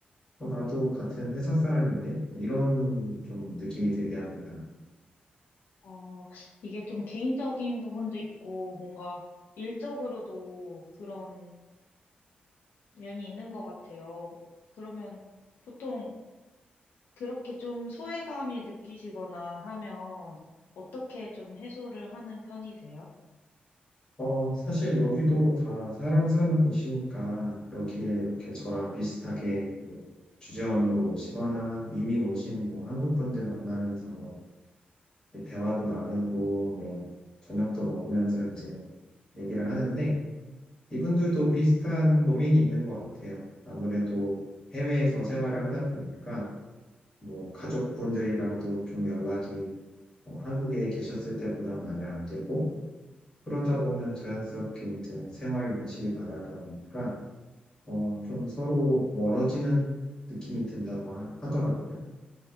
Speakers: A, on the left (about 20°); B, on the left (about 85°).
A: 어, 나도 같은 회사 사람인데 이런 좀 느낌이 들게 합니다.
B: 어, 이게 좀 개인적인 부분도 있고, 뭔가 일적으로도 그런 면이 있는 것 같아요. 그러면 보통 그렇게 좀 소외감이 느끼시거나 하면 어떻게 좀 해소를 하는 편이세요?
A: 어, 사실 여기도 다 사람 사는 곳이니까 여기에 이렇게 저랑 비슷하게 뭐 주재원으로 오시거나 이민 오신 뭐 한국 분들 만나면서 대화도 나누고 뭐 저녁도 먹으면서 이제 얘기를 하는데 이분들도 비슷한 고민이 있는 것 같아요. 아무래도 해외에서 생활을 하다 보니까 뭐 가족분들이랑도 좀 연락이 어, 한국에 계셨을 때보다 많이 안 되고 그러다 보면 자연스럽게 이제 생활 연식이 다르다 보니까 어, 좀 서로 멀어지는 느낌이 든다고 하, 하더라고요.